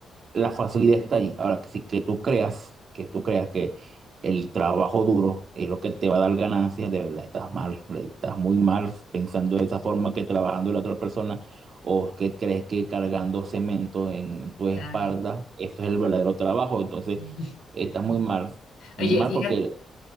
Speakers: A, on the right; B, on the left.
A: La facilidad está allí. Ahora, que si que tú creas, que tú creas que el trabajo duro es lo que te va a dar ganancias, de verdad estás mal, le- estás muy mal pensando de esa forma que trabajando la otra persona o que crees que cargando cemento en tu
B: claro.
A: espalda, eso es el verdadero trabajo. Entonces,
B: <laughs>
A: estás muy mal, muy
B: Oye,
A: mal
B: fíjate,
A: porque...